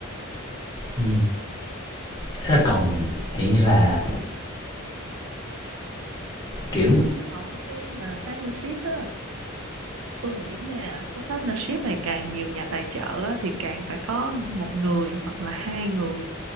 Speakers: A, on the left; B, on the right.
A: Ừ. thế là còn kiểu như là kiểu
B: còn mấy cái mà partnership á tôi nghĩ nha cái partnership này càng nhiều nhà tài trợ á, thì càng phải có một người hoặc là hai người